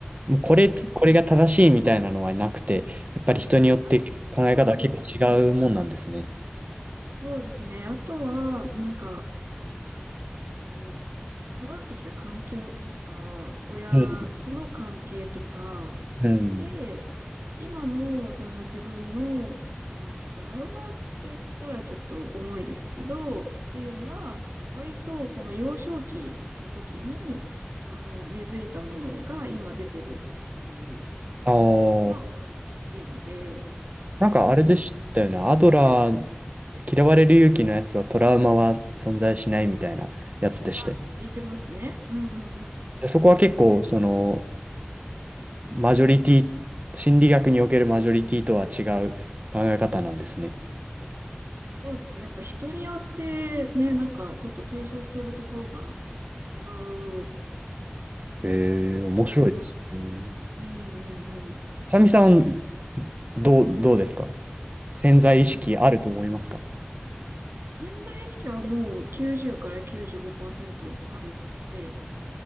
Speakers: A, on the right (about 35°); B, on the right (about 80°).
A: もうこれ、これが正しいみたいなのはなくて、
B: うん
A: やっぱり人によって考え方は結構違うもんなんですね。
B: あ、そうです。そうですね。あとは、なんか、と、育ってきた環境とか、親との関係とか、
A: うん。うん。
B: で、今のその自分の、まあ、トラウマって言ったらちょっと重いですけど、っていうのは、割とこの幼少期の時に、あの、根付いたものが今出てるっていう
A: ああ。
B: のが多いらしいので、
A: なんかあれでしたよね。
B: うん。
A: アドラー、嫌われる勇気のやつはトラウマは存在しないみたいなやつでしたよね。
B: あ、言ってますね。うんうんうん。
A: で、そこは結構、その、マジョリティ、心理学におけるマジョリティとは違う考え方なんですね。
B: そうですね。やっぱ人によってね、なんかちょっと提唱しているところが違う、
A: ええ、面白いですね。
B: 違いますね。うんうんうん。
A: あさみさんはどう、どうですか潜在意識あると思いますか
B: 潜在意識はもう90から95%あるって、